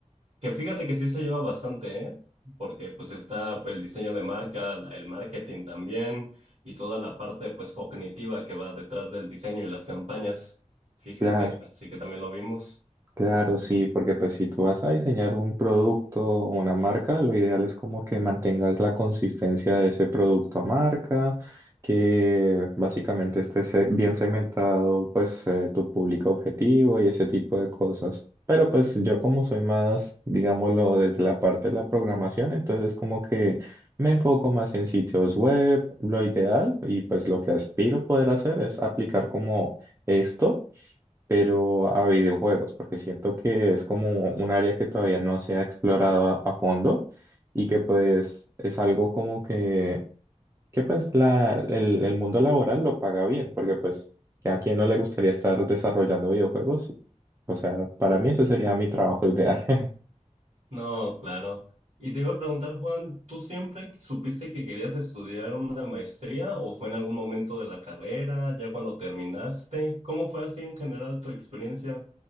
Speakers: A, on the right (about 65°); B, on the right (about 25°).
A: que fíjate que sí se lleva bastante, ¿eh? Porque pues está el diseño de marca, la- el marketing también y toda la parte pues cognitiva que va detrás del diseño y las campañas. Fíjate,
B: Claro.
A: así que también lo vimos.
B: Claro, sí, porque pues si tú vas a diseñar un producto o una marca, lo ideal es como que mantengas la consistencia de ese producto o marca, que básicamente esté se- bien segmentado pues eh, tu público objetivo y ese tipo de cosas. Pero pues yo como soy más, digámoslo, desde la parte de la programación, entonces como que me enfoco más en sitios web, lo ideal, y pues lo que aspiro poder hacer es aplicar como esto pero a videojuegos, porque siento que es como un área que todavía no se ha explorado a, a fondo y que pues es algo como que, que pues la, el, el mundo laboral lo paga bien, porque pues que a quién no le gustaría estar desarrollando videojuegos, o sea, para mí ese sería mi trabajo ideal. <laughs>
A: No, claro. Y te iba a preguntar, Juan, ¿tú siempre supiste que querías estudiar una maestría o fue en algún momento de la carrera, ya cuando terminaste? ¿Cómo fue así en general tu experiencia?